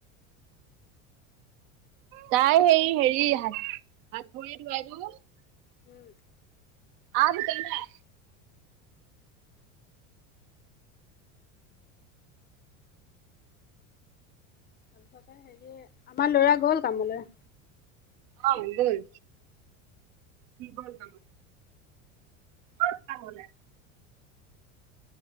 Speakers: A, on the right; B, on the left.
A: তাই হেই হেৰি হা - হাত ভৰি ধোৱাই দো
B: উম,
A: আ, গোটেই কেইটাই।
B: <unintelligible> আমাৰ লৰা গ'ল কামলৈ।
A: অ, গ'ল <unintelligible> <unintelligible>